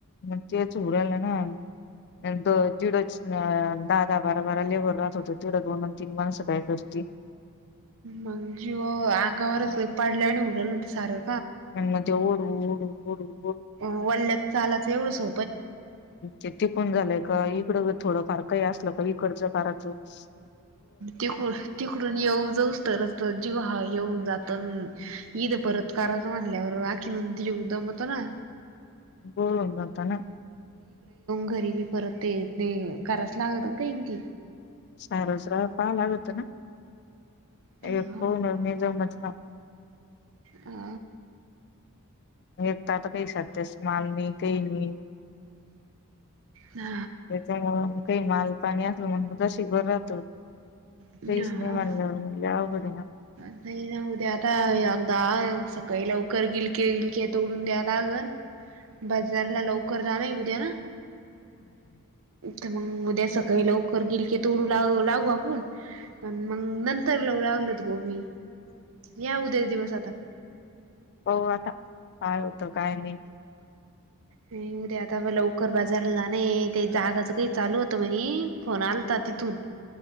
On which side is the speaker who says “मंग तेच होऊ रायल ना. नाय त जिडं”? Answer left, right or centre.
Left